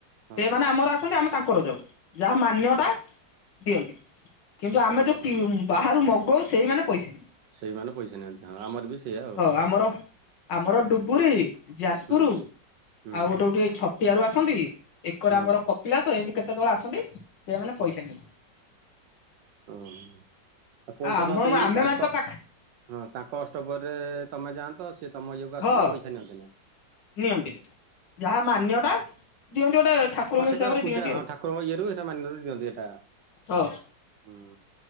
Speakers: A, on the right (about 75°); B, on the left (about 70°).
A: ହଁ
B: ସେମାନେ ଆମର ଆସନ୍ତି ଆମେ ତାଙ୍କର ଯାଉ ଯାହା ମାନ୍ୟଟା ଦିଅନ୍ତି। କିନ୍ତୁ ଆମେ
A: ହଁ।
B: ଯୋଉ କି ବାହାରୁ ମଗୌ ସେଇମାନେ ପଇସା ନିଅନ୍ତି।
A: ସେଇମାନେ ପଇସା ନିଅନ୍ତି। ହଁ ଆମର ବି ସେଇଆ ଆଉ।
B: ହଁ ଆମର ଆମର ଡୁବୁରି ଯାଜପୁର
A: ହୁଁ ହୁଁ
B: ଆଉ ଗୋଟେ ଗୋଟେ ଛ ତିଆରୁ ଆସନ୍ତି ଏକରେ
A: ହଁ
B: ଆମର କପ ପିଳାସ ଏମତି କେତେ ଦଳ ଆସନ୍ତି ସେମାନେ ପଇସା ନିଅନ୍ତି।
A: ଓ ଆଉ ପଇସା
B: ଆଉ ଆମ
A: ନ ଦେଇକି
B: ଆମେ
A: ତାଙ୍କ
B: ମାନେ ତ ପାଖ
A: ହଁ ତାଙ୍କ ଅଷ୍ଟ ପ୍ରହରୀରେ ତମେ ଯାଆନ୍ତ। ସିଏ ତମ ଇଏକୁ ଆସନ୍ତେ
B: ହଁ
A: ପଇସା ନିଅନ୍ତେ ନାହିଁ।
B: ନିଅନ୍ତିନି ଯାହା ମାନ୍ୟଟା ଦିଅନ୍ତି ଗୋଟେ ଠାକୁରଙ୍କ
A: ହଁ ସେଟା
B: ହିସାବରେ
A: ପୂଜା
B: ଦିଅନ୍ତି
A: ହଁ
B: ଆଉ
A: ଠାକୁରଙ୍କ ଇଏରୁ ସେଟା ମାନ୍ୟତା ଦିଅନ୍ତି ଏଟା
B: ହଁ।
A: ହୁଁ